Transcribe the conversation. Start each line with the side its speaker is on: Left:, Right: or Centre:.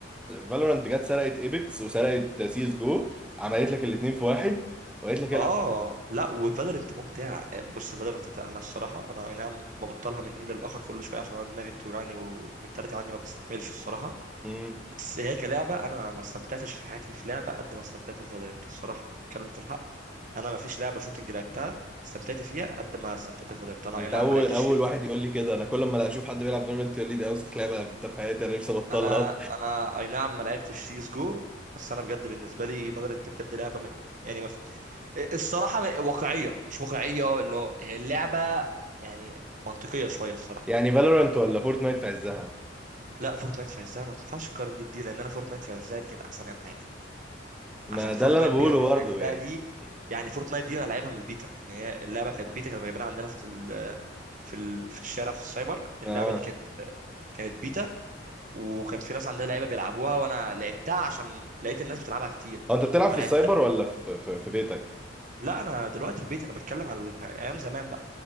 Centre: فالورنت جت سرقت ايبكس وسرقت سي اس جو عملت لك الاثنين في واحد وقالت لك العب
Right: اه لا وفالورنت ممتع بص فالورنت ده انا الصراحه انا اي نعم ببطلها من حين للاخر كل شويه عشان انا دماغي بتوجعني ومنتاليتي عندي ما بستحملش الصراحه
Centre: امم
Right: بس هي كلعبه انا ما استمتعتش في حياتي في لعبه قد ما استمتعت في فالورنت الصراحه نتكلم في الحق انا ما فيش لعبه شوتنج لعبتها استمتعت فيها قد ما استمتعت في فالورنت انا
Centre: انت
Right: اي نعم
Centre: اول
Right: ما لعبتش
Centre: اول واحد يقول لي كده انا كل ما اشوف حد بيلعب فالورنت يقول لي دي اوسخ لعبه لعبتها في حياتي انا نفسي ابطلها
Right: انا انا اي نعم ما لعبتش سي اس جو بس انا بجد بالنسبه لي فالورنت بجد لعبه من يعني ما في... الصراحه واقعيه مش واقعيه اللي هو هي اللعبه يعني منطقيه شويه الصراحه
Centre: <laughs> يعني فالورنت ولا فورتنايت في عزها
Right: لا فورتنايت في عزها ما تنفعش تقارن دي بدي لان انا فورتنايت في عزها دي كانت احسن ايام حياتي
Centre: ما
Right: عشان فورتنايت
Centre: ده اللي انا بقوله
Right: بجد
Centre: برضه
Right: في عزها
Centre: يعني
Right: دي يعني فورتنايت دي انا لعبها من البيتا يعني هي اللعبه كانت بيتا كانت جايبينها عندنا في ال... في ال... في الشارع في السايبر اللعبه
Centre: اه
Right: دي كانت كانت بيتا وكان في ناس عندها لعيبه بيلعبوها وانا لعبتها عشان لقيت الناس بتلعبها كتير
Centre: اه انت بتلعب في
Right: فلعبتها
Centre: السايبر ولا في في, في بيتك
Right: لا انا دلوقتي بيت انا بتكلم عن الح- ايام زمان بقى